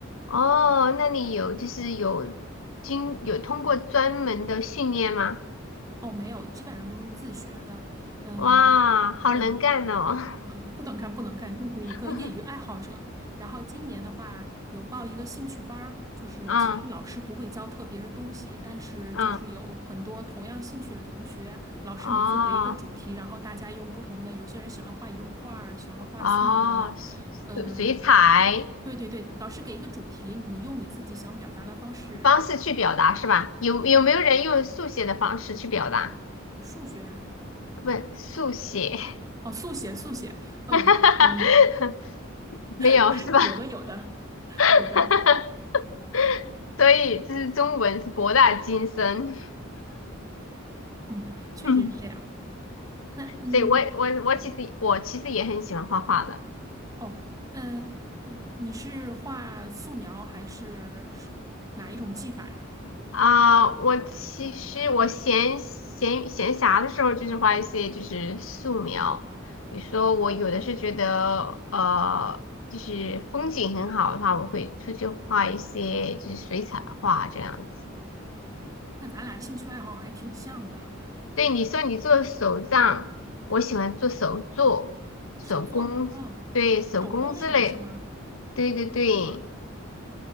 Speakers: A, on the left (about 75°); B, on the right (about 15°).
A: 哦，那你有就是有经有通过专门的训练吗？
B: 哦，没有，基本上都是自学的。嗯，
A: 哇，好能干哦！
B: 对，<laughs> 不能干，不能干，就是一个业余爱好者。
A: <laughs>
B: 然后今年的话，有报一个兴趣班儿，就是其实老师不会教特别的东西，
A: 啊
B: 但是就是有很多同样兴趣的同学，
A: 啊，
B: 老师每次给一个主题，
A: 哦
B: 然后大家用不同的，有些人喜欢画油画儿，喜欢画素描，
A: 哦，水水彩
B: 嗯、对对对，老师给一个主题，你用你自己想表达的方式，
A: 方式去表达是吧？有有没有人用速写的方式去表达？
B: 对的，数学，
A: 不是速写，
B: 哦，速写，速写，嗯、
A: <laughs>
B: 嗯，
A: 没有是吧？
B: <laughs> 有的，有的，
A: <laughs>
B: 有的。
A: 所以这是中文是博大精深，
B: 嗯，确实是这样。
A: <laughs> 嗯，
B: 那嗯，
A: 所以我我我其实我其实也很喜欢画画的
B: 哦，那呃你是画素描还是是哪一种技法呀？
A: 啊、我其实我闲闲闲暇的时候就是画一些就是素描，比如说我有的是觉得呃就是风景很好的话，我会出去画一些就是水彩画这样子。
B: 那咱俩兴趣爱好还挺像的，
A: 对，你说你做手账，我喜欢做手作、手工，
B: 手作，哦，
A: 对，手工之类。
B: 手工那种是吗？
A: 对对对，